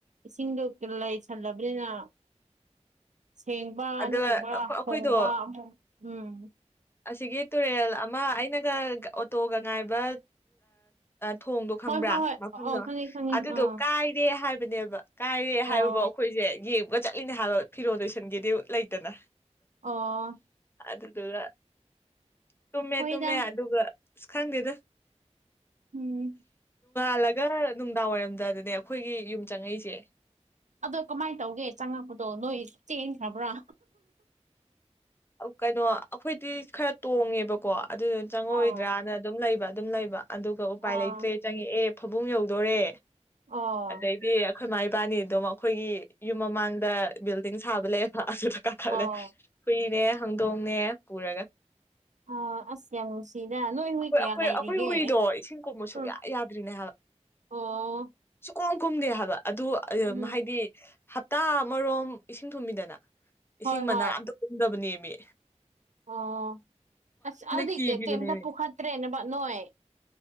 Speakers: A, on the right (about 80°); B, on the left (about 20°).
A: ꯏꯁꯤꯡꯗꯣ ꯂꯩꯁꯜꯂꯕꯅꯤꯅ ꯁꯦꯡꯕ
B: ꯑꯗꯨꯒ
A: ꯅꯠꯇ꯭ꯔꯒ
B: ꯑꯩꯈꯣꯏꯗꯣ
A: ꯍꯣꯡꯕ ꯑꯃꯨꯛ ꯎꯝ
B: ꯑꯁꯤꯒꯤ ꯇꯨꯔꯦꯜ ꯑꯃ ꯑꯩꯅꯒ ꯑꯣꯇꯣꯒ ꯉꯥꯏꯕ ꯊꯣꯡꯗꯣ ꯈꯪꯕ꯭ꯔꯥ
A: ꯍꯣꯏ ꯍꯣꯏ ꯍꯣꯏ
B: ꯃꯐꯝꯗꯣ
A: ꯑꯣ ꯈꯪꯉꯦ ꯈꯪꯉꯦ
B: ꯑꯗꯨꯗꯣ
A: ꯑꯥ
B: ꯀꯥꯏꯔꯦ ꯍꯥꯏꯕꯅꯦꯕ ꯀꯥꯏꯔꯦ ꯍꯥꯏꯕꯐꯥꯎ
A: ꯑꯣ
B: ꯑꯩꯈꯣꯏꯁꯦ ꯌꯦꯡꯕꯒ ꯆꯠꯂꯤꯅꯦ ꯍꯥꯏꯕ ꯐꯤꯔꯣꯜ ꯂꯣꯏꯁꯟꯒꯦꯗꯤ ꯂꯩꯇꯅ
A: ꯑꯣ
B: ꯑꯗꯨꯗꯨꯒ ꯇꯨꯝꯃꯦ
A: ꯍꯣꯏꯗ
B: ꯇꯨꯝꯃꯦ ꯑꯗꯨꯒ ꯑ ꯈꯪꯗꯦꯗꯣ
A: ꯎꯝ
B: ꯆꯜꯂꯒ ꯅꯨꯡꯗꯥꯡ ꯋꯥꯏꯔꯝꯗꯗꯅꯦ ꯑꯩꯈꯣꯏꯒꯤ ꯌꯨꯝ ꯆꯪꯉꯛꯁꯦ
A: ꯑꯗꯣ ꯀꯃꯥꯏꯅ ꯇꯧꯒꯦ ꯆꯪꯉꯛꯄꯗꯣ ꯅꯣꯏ ꯆꯦꯟꯈ꯭ꯔꯕ꯭ꯔꯥ
B: ꯀꯩꯅꯣ ꯑꯩꯈꯣꯏꯗꯤ ꯈꯔ ꯇꯣꯡꯉꯦꯕꯀꯣ ꯑꯗꯨꯗꯨ ꯆꯪꯉꯣꯏꯗ꯭ꯔꯅ
A: ꯑꯥꯎ
B: ꯑꯗꯨꯝ ꯂꯩꯕ ꯑꯗꯨꯝ ꯂꯩꯕ ꯑꯗꯨꯒ ꯎꯄꯥꯏ
A: ꯑꯥ
B: ꯂꯩꯇ꯭ꯔꯦ ꯆꯪꯉꯛꯑꯦ ꯐꯕꯨꯡ ꯌꯧꯗꯣꯔꯦ
A: ꯑ
B: ꯑꯗꯩꯗꯤ ꯑꯩꯈꯣꯏ ꯏꯃꯥ ꯏꯕꯥꯅꯤ ꯑꯗꯨꯝ ꯑꯩꯈꯣꯏꯒꯤ ꯌꯨꯝ ꯃꯃꯥꯡꯗ ꯕꯤꯜꯗꯤꯡ ꯁꯥꯕ ꯂꯩꯌꯦꯦꯕ ꯑꯗꯨꯗ ꯀꯥꯈꯠꯂꯦ
A: ꯑꯣ
B: ꯍꯨꯏꯅꯦ ꯍꯧꯪꯗꯣꯡꯅꯦ ꯄꯨꯔꯒ
A: <unintelligible> ꯑ ꯑꯁ ꯌꯥꯝ ꯅꯨꯡꯁꯤꯗ ꯅꯣꯏ ꯍꯨꯏ
B: ꯑꯩꯈꯣꯏ
A: ꯀꯌꯥ
B: ꯑꯩꯈꯣꯏ
A: ꯂꯩꯔꯤꯒꯦ
B: ꯑꯩꯈꯣꯏ ꯍꯨꯏꯗꯣ ꯏꯁꯤꯡ ꯀꯨꯝꯕ ꯁꯨꯡꯌꯥ
A: ꯎ
B: ꯌꯥꯗ꯭ꯔꯤꯅꯦ
A: ꯑꯣ
B: ꯀꯣꯝ ꯀꯨꯝꯗꯦ ꯍꯥꯏꯕ ꯑꯗꯨ
A: ꯎꯝ
B: ꯍꯥꯏꯗꯤ ꯍꯞꯇꯥ ꯑꯃꯣꯝ ꯏꯁꯤꯡ ꯊꯨꯝꯕꯤꯗꯅ
A: ꯍꯣꯏ
B: ꯏꯁꯤꯡ ꯃꯅꯥ
A: ꯍꯣꯏ
B: ꯑꯇ ꯀꯨꯝꯗꯕꯅꯦ ꯃꯤ
A: ꯑꯣ ꯑꯁ ꯑꯗꯨꯗꯤ
B: ꯀꯤꯈꯤꯕꯅꯦꯃꯤ
A: ꯀꯩꯝꯇ ꯄꯨꯈꯠꯇ꯭ꯔꯦꯅꯦꯕ ꯅꯣꯏ